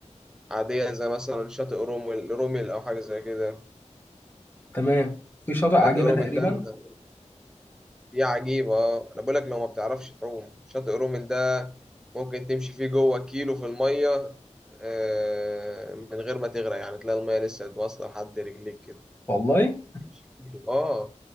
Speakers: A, in the centre; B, on the left.
A: عادية زي مثلا شاطئ رومل رومل أو حاجة زي كده
B: تمام في شاطئ عجيبة
A: شاطئ رومل
B: تقريبا
A: ده أنت- دي عجيبة آه. أنا بقولك لو ما بتعرفش تعوم شاطئ رومل ده ممكن تمشي فيه جوه كيلو في المية آه، من غير ما تغرق يعني تلاقي المية لسه واصلة لحد رجليك كده
B: والله
A: تمشي كيلو اه